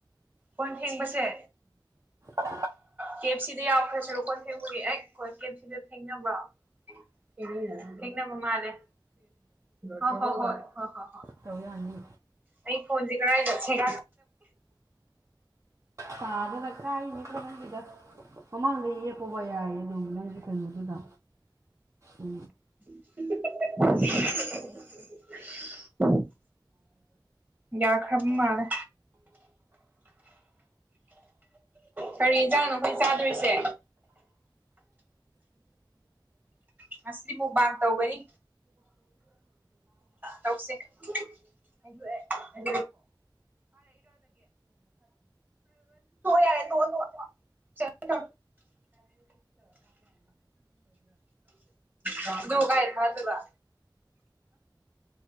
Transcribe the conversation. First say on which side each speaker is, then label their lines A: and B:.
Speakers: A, on the right; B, on the right.
A: ꯀꯣꯏꯣꯟ ꯊꯦꯡꯕꯁꯦ
B: ꯎꯝ
A: ꯀꯦ ꯑꯦꯞ ꯁꯤꯗ ꯌꯥꯎꯈ꯭ꯔꯁꯤꯔꯣꯀꯣꯟ ꯐꯦꯡꯕꯒꯤ ꯑꯦ ꯍꯣꯏ ꯀꯦ ꯑꯦꯞ ꯁꯤꯗ ꯐꯦꯡꯅꯕ꯭ꯔꯣ ꯍ ꯃ ꯃꯥꯦ ꯍ ꯍ ꯍ ꯍ
B: ꯇꯧ ꯌꯥꯅꯤ
A: ꯑꯩ ꯐꯣꯟꯁꯤ ꯀ ꯍꯥꯏ ꯆꯁꯦꯒ
B: ꯇꯥꯒꯗ ꯀꯥꯏꯅꯤ ꯀꯕꯤꯗ ꯃꯃꯥꯡ ꯂꯩ ꯇꯧꯕ ꯌꯥꯏ ꯑꯗꯨꯝ ꯅꯪꯒꯤ ꯀꯩꯅꯣꯗꯨꯗ ꯎ
A: <unintelligible> ꯌꯥ ꯈꯕ ꯃꯥꯔ ꯀꯔꯤ ꯌꯦꯟꯖꯥꯡꯅꯣ ꯑꯩꯈꯣꯏ ꯆꯥꯗꯣꯏꯁꯦ ꯉꯁꯤꯗꯤ ꯃꯨꯛꯕꯥꯡ ꯇꯧꯒꯅꯤ ꯇꯧꯁꯤꯦ <unintelligible> ꯊ ꯊ ꯌꯥꯔꯦ ꯊꯣꯛ ꯇ ꯆ ꯊ ꯀ ꯊꯨ ꯀꯥꯏ ꯐ ꯇ